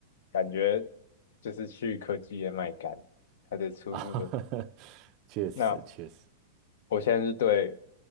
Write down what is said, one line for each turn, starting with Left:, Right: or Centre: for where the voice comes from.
Left: 感觉就是去科技业卖干，它的出路的。
Right: <laughs> 啊，确实确实。
Left: 那我现在是对